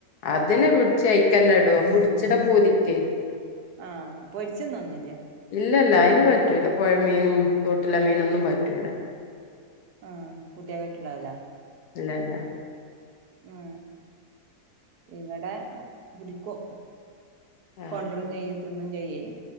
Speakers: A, on the left; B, on the right.
A: അതിനെ പിടിച്ചു അഴിക്കന്നെടും പുടച്ച്ണ പൂതിക്കെ
B: ആ പൊരിച്ച തിന്നൊന്നൂല്ല്യേ
A: ല്ല ല്ലാ അയ്ന് പറ്റൂല്ല പൊഴ മീനും തോട്ടിലെ മീനും ഒന്നും പറ്റൂല
B: ആഹ് കുട്ടിയേക്ക് പറ്റ്ണ്ടാവുല
A: ഇല്ല ഇല്ലാ
B: മ് ഇവടെ ഇവിടെക്കോം
A: ആഹ്
B: കൊണ്ടാരേം ചെയ് തിന്നും ചെയ്യേ